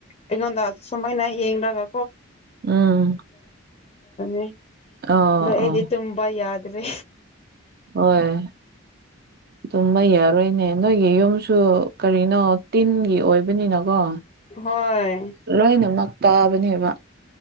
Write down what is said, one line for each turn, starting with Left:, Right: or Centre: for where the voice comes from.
Left: ꯀꯩꯅꯣꯗꯥ ꯁꯨꯃꯥꯏꯅ ꯌꯦꯡꯂꯒ
Right: ꯎꯝ
Left: <unintelligible>
Right: ꯑꯣ
Left: ꯑꯗꯨ ꯑꯩꯗꯤ
Right: ꯑꯣ
Left: ꯇꯨꯝꯕꯥ ꯌꯥꯗ꯭ꯔꯦ
Right: ꯍꯣꯏ
Left: <inaudible>
Right: ꯇꯨꯝꯕ ꯌꯥꯔꯣꯏꯅꯦ ꯅꯣꯏꯒꯤ ꯌꯨꯝꯁꯨ ꯀꯔꯤꯅꯣ ꯇꯤꯟꯒꯤ ꯑꯣꯏꯕꯅꯤꯅꯀꯣ
Left: ꯍꯣꯏ
Right: ꯂꯣꯏꯅꯃꯛ ꯇꯥꯕꯅꯦꯕ